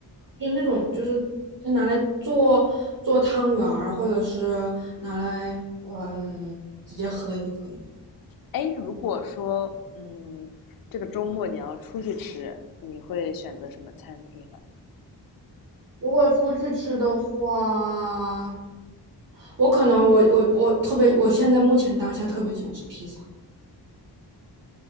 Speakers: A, on the right (about 50°); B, on the left (about 55°).
A: 就是那种就是可以拿来做做汤圆儿，或者是拿来嗯直接喝也可以。
B: 哎，如果说，嗯，这个周末你要出去吃，你会选择什么餐厅啊？
A: 如果出去吃的话，我可能我我我特别，我现在目前当下特别想吃披萨，